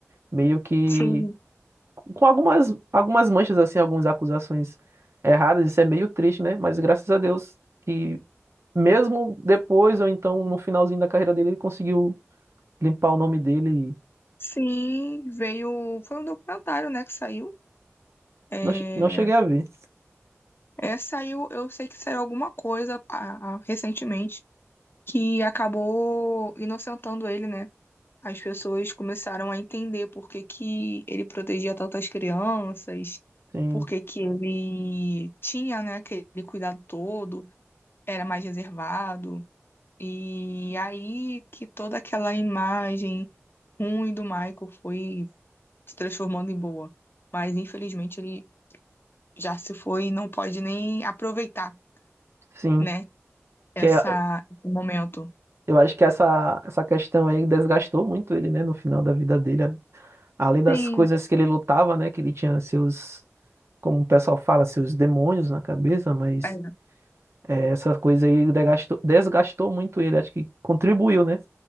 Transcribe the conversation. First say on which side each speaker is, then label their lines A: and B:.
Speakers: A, on the right (about 60°); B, on the left (about 50°).
A: meio que
B: Sim.
A: com algumas algumas manchas assim, algumas acusações erradas, isso é meio triste, né? Mas graças a Deus que mesmo depois ou então no finalzinho da carreira dele, ele conseguiu limpar o nome dele e
B: Sim, veio. Foi um documentário, né, que saiu. É,
A: não, che- não cheguei a ver.
B: é, saiu, eu sei que saiu alguma coisa ah, ah, recentemente que acabou inocentando ele, né? as pessoas começaram a entender por que que ele protegia tantas crianças,
A: Sim,
B: por que que ele tinha, né, aquele cuidado todo, era mais reservado. E aí que toda aquela imagem ruim do Michael foi se transformando em boa. Mas infelizmente ele já se foi e não pode nem aproveitar,
A: sim.
B: né, essa,
A: Que é-
B: esse momento.
A: eu acho que essa essa questão aí desgastou muito ele, né, no final da vida dele. Além das
B: Sim,
A: coisas que ele lutava, né? Que ele tinha seus, como o pessoal fala, seus demônios na cabeça, mas
B: é,
A: é, essa coisa aí desgastou, desgastou muito ele. Acho que contribuiu, né?